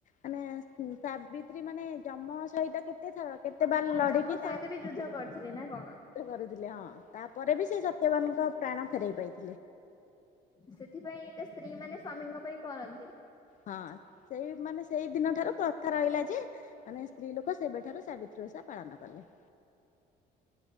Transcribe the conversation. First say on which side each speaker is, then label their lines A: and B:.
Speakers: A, on the left; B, on the left.
A: ମାନେ, ସାବି ତ୍ରୀ, ମାନେ, ଜମ ସହିତ କେତେ ଥର, କେତେ ବାର ଲଢିକି,
B: ଯମ ସହିତ
A: ତା
B: ବି ଯୁଦ୍ଧ କରିଥିଲେ ନା କଣ
A: କରିଥିଲେ ହଁ, ତାପରେ ବି ସେ ସତ୍ୟବାନଙ୍କ ପ୍ରାଣ ଫେରଇ ପାଇଥି
B: ସେଥିପାଇଁ ଏଇଟା ସ୍ତ୍ରୀ ମାନେ ସ୍ବାମୀଙ୍କ ପାଇଁ କରନ୍ତି।
A: ହଁ, ସେଇ ମାନେ, ସେଇ ଦିନ ଠାରୁ ପ୍ରଥା ରହିଲା ଯେ ମାନେ ସ୍ତ୍ରୀ ଲୋକ ସେବେଠାରୁ ସାବିତ୍ରୀ ଓଷା ପାଳନ କଲେ।